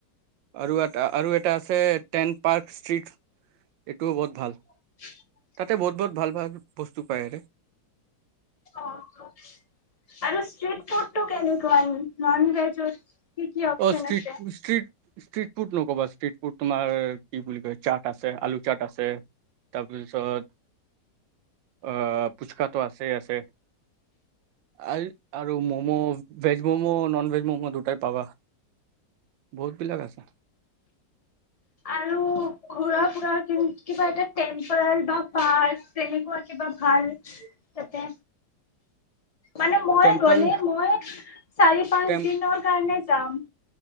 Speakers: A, on the right (about 85°); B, on the left (about 75°).
A: আৰু এটা আৰু এটা আছে টেন পাৰ্ক ষ্ট্ৰীট এইটোও বহুত ভাল।
B: <inaudible>
A: তাতে বহুত বহুত ভাল ভাল বস্তু পায়
B: অ', আৰু ষ্ট্ৰীট ফুডটো কেনেকুৱা? নন ভেজৰ কি অপচন
A: অ', ষ্ট্ৰীট
B: আছে?
A: ষ্ট্ৰীট ষ্ট্ৰিট ফুড নক'বা ষ্ট্ৰিট ফুড তোমাৰ কি বুলি কয় চাট আছে, আলু চাট আছে তাৰপিছত অ ফুচকাটো আছে আছে আৰু আৰু momo veg momo, non veg momo দুটাই পাবা। বহুত বিলাক আছে।
B: আৰু ঘুৰা ফুৰা কিবা এটা টেম্পল বা পাৰ্ক তেনেকুৱা কিবা ভাল তাতে মানে মই
A: টেম্পল
B: গলে মই চাৰি, পাঁচ
A: টেম
B: দিনৰ কাৰণে যাম।